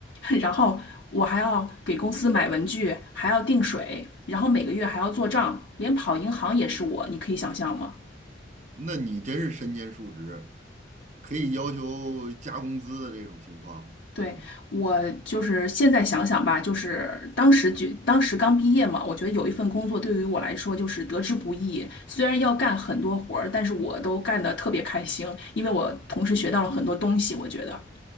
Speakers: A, on the left; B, on the right.
A: <laughs> 然后我还要给公司买文具，还要订水，然后每个月还要做账，
B: 啊，
A: 连跑银行也是我，你可以想象吗？
B: 那你真是身兼数职，可以要求加工资的这种情况。
A: 对，
B: 嗯
A: 我就是现在想想吧，就是当时就当时刚毕业嘛，我觉得有一份工作对于我来说就是得之不易。虽然要干很多活儿，但是我都干得特别开心，因为我同时学到了很多东西，我觉得。